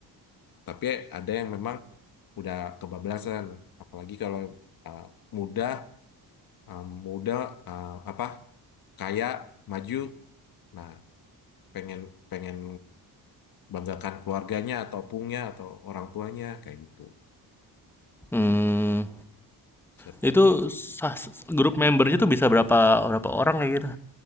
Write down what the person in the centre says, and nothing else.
Mmm,
itu sah s grup membernya tuh bisa berapa berapa orang kayak gitu?